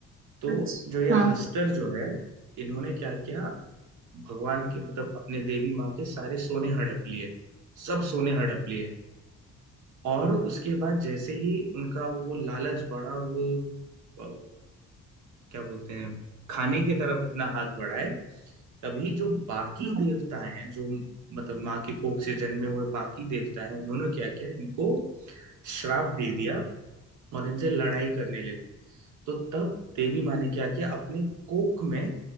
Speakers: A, on the right; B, on the right.
A: तो
B: अच्छा
A: जो ये
B: हाँ
A: हस्तर जो है इन्होंने क्या किया भगवान के मतलब अपने देवी माँ के सारे सोने हड़प लिए सब सोने हड़प लिए और उसके बाद जैसे ही उनका वो लालच बढ़ा वो अ, क्या बोलते हैं खाने की तरफ अपना हाथ बढ़ाए तभी जो बाकी
B: हाँ
A: देवता हैं जो मतलब माँ के कोख से जन्मे हुए बाकी देवता हैं उन्होंने क्या किया इनको श्राप दे दिया और इनसे लड़ाई करने लगे तो तब देवी माँ ने क्या किया अपने कोख में